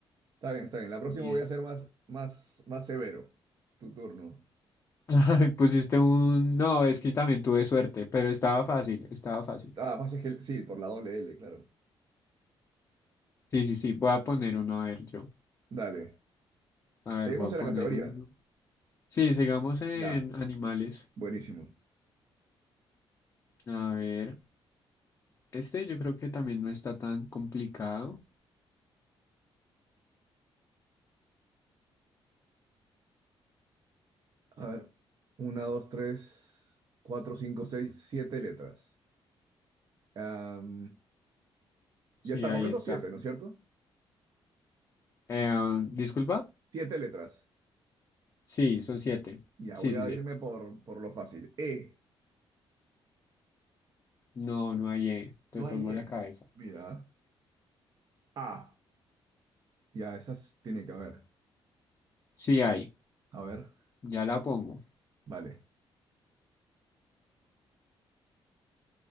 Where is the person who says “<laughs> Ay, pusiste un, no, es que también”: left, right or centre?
Left